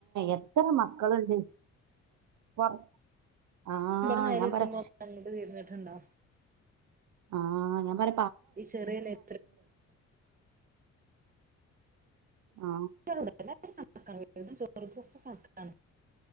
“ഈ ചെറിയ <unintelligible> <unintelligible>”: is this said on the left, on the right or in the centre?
Right